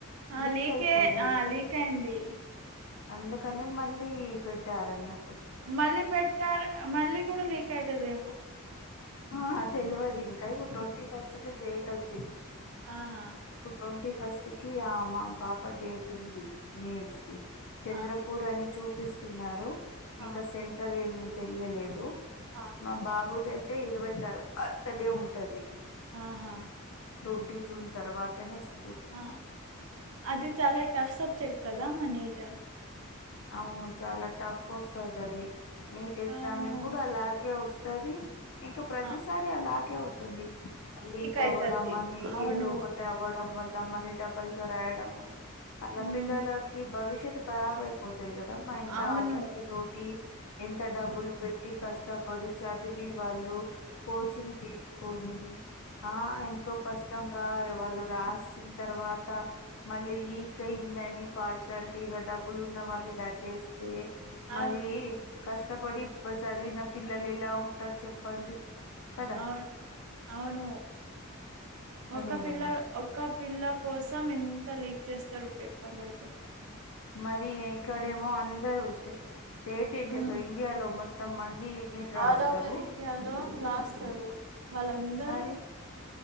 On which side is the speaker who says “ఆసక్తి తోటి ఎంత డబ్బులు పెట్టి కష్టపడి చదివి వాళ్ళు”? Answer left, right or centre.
Left